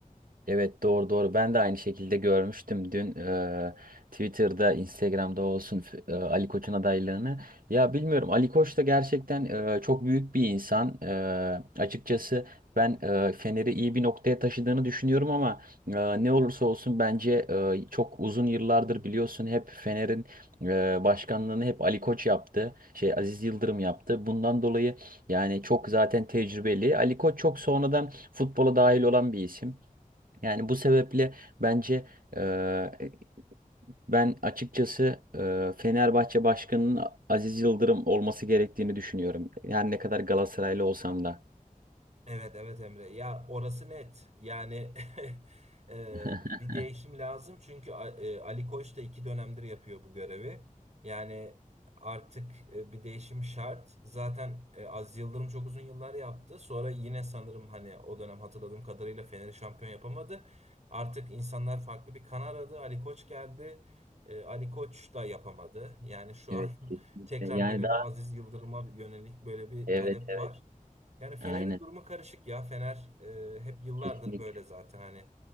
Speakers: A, on the right; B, on the right.
A: Evet doğru doğru ben de aynı şekilde görmüştüm dün eee, Twitter'da Instagram'da olsun f- eee, Ali Koç'un adaylığını ya bilmiyorum Ali Koç da gerçekten eee, çok büyük bir insan Eee, açıkçası ben eee, Fener'i iyi bir noktaya taşıdığını düşünüyorum ama eee, ne olursa olsun bence eee, çok uzun yıllardır biliyorsun hep Fener'in eee, başkanlığını hep Ali Koç yaptı şey Aziz Yıldırım yaptı bundan dolayı yani çok zaten tecrübeli Ali Koç çok sonradan futbola dahil olan bir isim. Yani bu sebeple bence eee, ben açıkçası eee, Fenerbahçe Başkanı'nın Aziz Yıldırım olması gerektiğini düşünüyorum. Yani ne kadar Galatasaraylı olsam da.
B: Evet evet Emre ya orası net yani <laughs> e,
A: <laughs>
B: bir değişim lazım çünkü A- e, Ali Koç da iki dönemdir yapıyor bu görevi yani artık e, bir değişim şart zaten e, Aziz Yıldırım çok uzun yıllar yaptı sonra yine sanırım hani o dönem hatırladığım kadarıyla Fener'i şampiyon yapamadı artık insanlar farklı bir kan aradı Ali Koç geldi E, Ali Koç da yapamadı yani şu
A: Evet
B: an <laughs>
A: kesinlikle.
B: tekrar
A: Yani
B: böyle
A: daha
B: bir Aziz Yıldırım'a yönelik böyle bir
A: evet
B: talep
A: evet.
B: var. Yani Fener'in
A: Aynen.
B: durumu karışık ya. Fener e, hep yıllardır
A: Kesinlikle.
B: böyle zaten hani